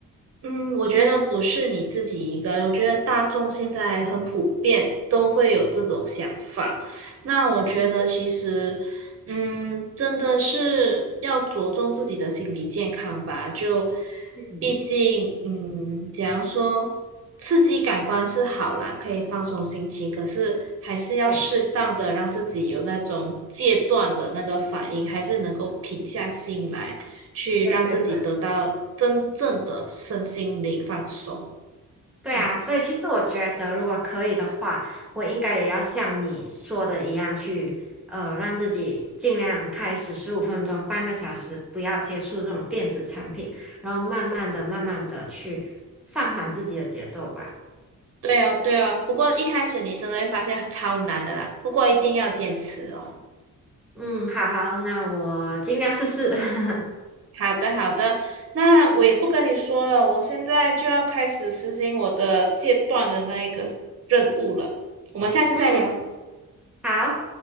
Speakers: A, on the right; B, in the centre.
A: 嗯，我觉得不是你自己一个，
B: 嗯
A: 我觉得大众现在很普遍都会有这种想法。那我觉得其实，
B: 嗯。
A: 嗯，真的是要着重自己的心理健康吧。就
B: 嗯，
A: 毕竟，嗯，假如说刺激感官是好啦，可以放松心情，可是还是要适当的让自己有那种戒断的那个反应，
B: 对
A: 还是能够平下心来。去让自己得到真正的身心灵放松。
B: 对对对对啊，
A: 嗯，
B: 所以其实我觉得，如果可以的话，我应该也要像你说的一样去，呃，让自己尽量开始十五分钟、半个小时，不要接触这种电子产品，然后慢慢的、慢慢的去放缓自己的节奏吧。
A: 对哦，对哦。不过一开始你真的会发现超难的啦，不过一定要坚持哦。
B: 嗯，好好，那我尽量试试。<laughs>
A: 好的，好的。那我也不跟你说了，我现在就要开始实行我的戒断的那一个任务了。我们下次再聊。
B: 嗯，好。